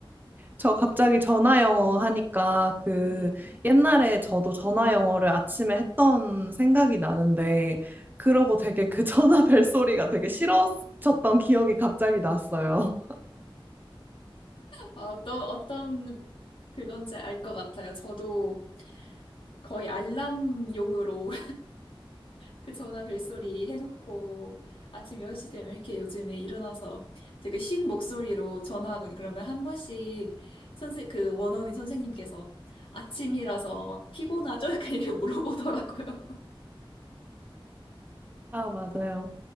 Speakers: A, on the right; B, on the left.
A: 저 갑자기 전화 영어 하니까 그
B: 네.
A: 옛날에 저도 전화 영어를 아침에 했던 생각이 나는데 그러고 되게 그 전화 벨 소리가 되게 싫어졌던 기억이 갑자기 났어요.
B: 어떤, 어떤 그건지 알 것 같아요. 저도 거의 알람용으로 그 전화 벨소리 해놓고 아침 1시 되면 이렇게 요즘에 일어나서 되게 쉰 목소리로 전화하거니 그러면 한 번씩 선생 그 원어민 선생님께서 아침이라서 막 피곤하죠? <laughs> 약간 이렇게 물어보더라고요.
A: 아, 맞아요.